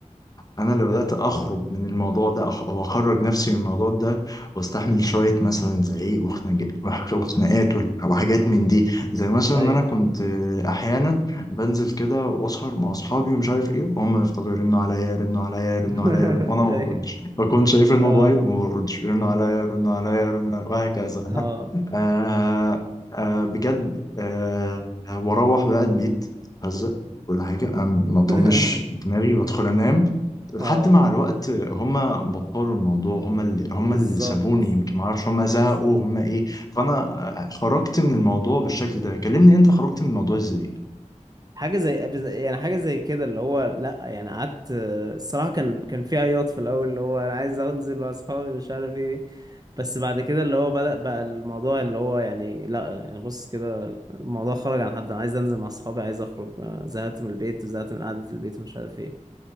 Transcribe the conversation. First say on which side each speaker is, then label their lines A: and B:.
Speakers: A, on the left; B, on the right.
A: انا اللي بدات اخرج من الموضوع ده أخ- او اخرج نفسي من الموضوع ده واستحمل شويه مثلا زعيق وخناج- وخ- وخناقات وال- وحاجات من دي زي مثلا
B: ايوه
A: ان انا كنت آه، احيانا بنزل كده واسهر مع اصحابي ومش عارف ايه وهم يفضلوا يرنوا عليا يرنوا عليا يرنوا
B: <laughs>
A: عليا يرنوا- وانا ما
B: ايوه
A: بردش بكون شايف الموبايل
B: اه
A: وما بردش يرنوا عليا يرنوا عليا يرنوا عليا وهكذا <laughs>
B: اه
A: آه آه بجد آه آه، واروح بقى البيت هزق ولا حاجه أم- ما اطنش
B: <laughs>
A: دماغي وادخل انام لحد
B: اه
A: مع الوقت هم بطلوا الموضوع هم اللي هم
B: بالظبط
A: اللي سابوني يمكن ما اعرفش هم زهقوا
B: بالظبط
A: هم ايه فانا خرجت من الموضوع بالشكل ده كلمني انت خرجت من الموضوع ازاي
B: حاجه زي بز- يعني حاجه زي كده اللي هو لا يعني قعدت الصراحه كان كان في عياط في الاول اللي هو انا عايز انزل مع اصحابي مش عارف ايه بس بعد كده اللي هو بدأ بقى الموضوع اللي هو يعني لا يعني بص كده الموضوع خرج عن حد انا عايز انزل مع اصحابي عايز اخرج أنا زهقت من البيت وزهقت من قعده البيت ومش عارف ايه